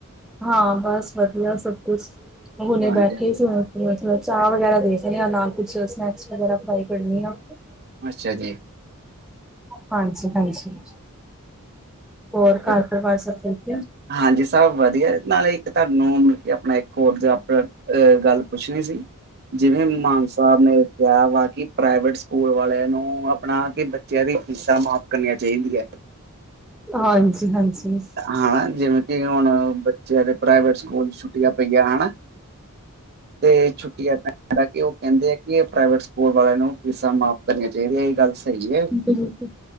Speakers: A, in the centre; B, on the right.
A: ਹਾਂ ਬਸ ਵਧੀਆ ਸਭ ਕੁਛ, ਹੁਣੇ
B: ਹਾਂਜੀ
A: ਬੈਠੀ
B: ਹਾਂਜੀ
A: ਸੀ ਹੁ ਨ ਥੋੜਾ ਚਾਹ ਵਗੈਰਾ ਦੇਖ ਰੀ ਆ ਨਾਲ ਕੁਛ ਸਨੈਕਸ ਵਗੈਰਾ ਫਰਾਈ ਕਰਨੀ ਆ।
B: ਅੱਛਾ ਜੀ।
A: ਹਾਂਜੀ-ਹਾਂਜੀ, ਹੋਰ ਘਰ
B: ਅ-
A: ਪਰਵਾਰ ਸਭ ਠੀਕ ਏ?
B: ਹਾਂਜੀ ਸਭ ਵਧੀਆ, ਨਾਲੇ ਇੱਕ ਤਾਨੂੰ ਮਲਬ ਕੀ ਆਪਣਾ ਹੋਰ ਜਾ ਫੇਰ ਏ ਗੱਲ ਪੁੱਛਣੀ ਸੀ ਜਿਵੇਂ ਮਾਨ ਸਾਬ ਨੇ ਕਿਹਾ ਵਾ ਕੀ ਪ੍ਰਾਈਵੇਟ ਸਕੂਲ ਵਾਲਿਆਂ ਨੂੰ ਆਪਣਾ ਕਿ ਬੱਚਿਆਂ ਦੀ ਫੀਸਾਂ ਮਾਫ਼ ਕਰਨੀਆਂ ਚਾਈਦੀਆਂ।
A: ਹਾਂਜੀ-ਹਾਂਜੀ।
B: ਹਾ ਜਿਵੇਂ ਕਿ ਹੁਣ ਬੱਚਿਆਂ ਦੇ ਪ੍ਰਾਈਵੇਟ ਸਕੂਲ ਚ ਛੁੱਟੀਆਂ ਪਈਆ, ਹਨਾ? ਤੇ ਛੁੱਟੀਆਂ ਪ ਹਾਲਾਂਕਿ ਓ ਕਹਿੰਦੇ ਆ ਕਿ ਏ ਪ੍ਰਾਈਵੇਟ ਸਕੂਲ ਵਾਲਿਆਂ ਨੂੰ ਫੀਸਾਂ ਮਾਫ਼ ਕਰਨੀਆਂ ਚਾਈਦੀਆਂ ਏਅ ਗੱਲ ਸਹੀ ਏ।
A: ਬਿਲਕੁਲ।